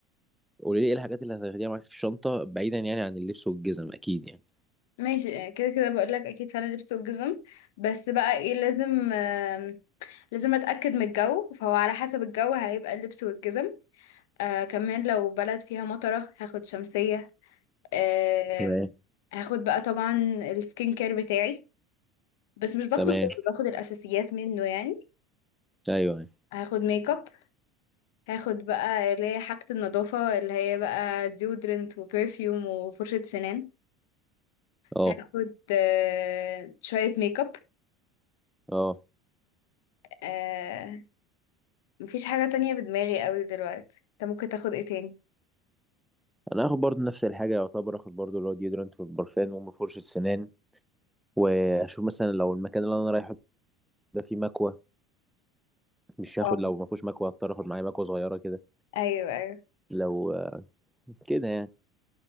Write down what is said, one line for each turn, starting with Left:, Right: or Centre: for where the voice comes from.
Centre: قولي لي ايه الحاجات اللي هتاخديها معاك في الشنطة بعيدا يعني عن اللبس والجزم اكيد يعني
Left: ماشي آه، كده كده بقول لك اكيد فعلا لبس وجزم بس بقى ايه لازم آم، لازم اتاكد من الجو فهو على حسب الجو هيبقى اللبس والجزم آه كمان لو بلد فيها مطره هاخد شمسيه آم،
Centre: تمام
Left: هاخد بقى طبعا السكين كير بتاعي بس مش باخده
Centre: تمام
Left: كله باخد الاساسيات منه يعني
Centre: ايوه
Left: هاخد ميك اب هاخد بقى اللي هي حاجه النظافه اللي هي بقى ديودرنت وبرفيوم وفرشه سنان
Centre: اه
Left: هاخد آه، شويه ميك
Centre: اه
Left: اب مفيش حاجة تانية في دماغي قوي دلوقتي انت ممكن تاخد ايه تاني
Centre: انا هاخد برضو نفس الحاجة يعتبر اخد برضو اللي هو ديودرنت والبرفان وام فرشة سنان واشوف مثلا لو المكان اللي انا رايحه ده فيه مكوى مش هاخد
Left: اه
Centre: لو ما فيهوش مكوى هضطر اخد معايا مكوى صغيره كده
Left: ايوه ايوه
Centre: لو آه، كده يعني